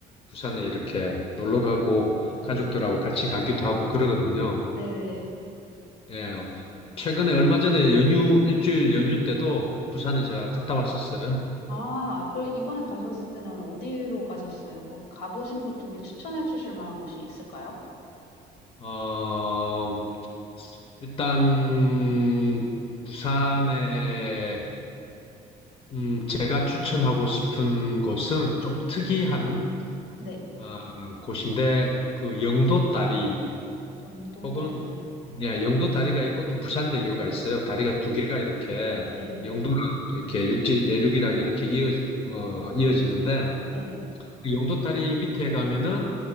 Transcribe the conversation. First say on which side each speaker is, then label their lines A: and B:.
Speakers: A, on the left; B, on the left.
A: 부산에 이렇게 놀러 가고
B: 아
A: 가족들하고 같이 가기도 하고 그러거든요.
B: 네네.
A: 예. 최근에 얼마 전에 연휴, 일주일 연휴 때도 부산에 제가 갔다 왔었어요.
B: 아 그럼 이번에 가셨을 때는 어디로 가셨어요? 거 가 보신 곳 중에 추천해 주실 만한 곳이 있을까요?
A: 어, 일단 부산에 음, 제가 추천하고 싶은 곳은 좀 특이한
B: 네.
A: 아, 곳인데 그 영도 다리
B: 영도다리.
A: 혹은 예, 영도 다리가 있고 또 부산대교가 있어요. 다리가 두 개가 이렇게
B: 네.
A: 영도랑 이렇게 육지 내륙이랑 이렇게 이어 어, 이어지는데
B: 네.
A: 그 영도 다리 밑에 가면은